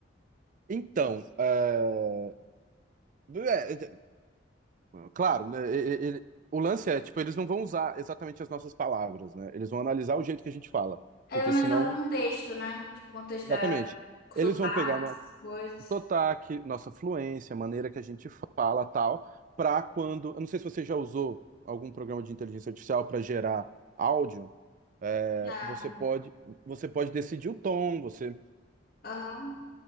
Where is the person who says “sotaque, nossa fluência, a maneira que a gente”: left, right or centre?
Right